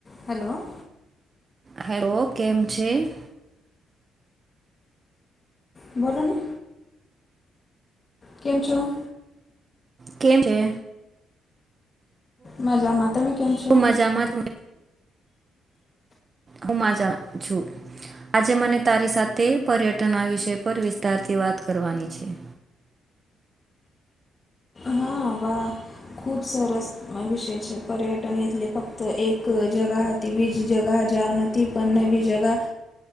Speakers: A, on the left; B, on the right.
A: Hello.
B: Hello, કેમ છે?
A: બોલોને. કેમ છો?
B: કેમ છે?
A: મજામાં તમે કેમ છો
B: હું મજામાં હું માજામા છું. આજે મને તારી સાથે પર્યટનના વિષય પર વિસ્તારથી વાત કરવાની છે.
A: હ વાહ! ખૂબ સરસ વિષય છે પર્યટન એટલે ફક્ત એક જગા તેવી જગ જા નથી પણ નવી જગા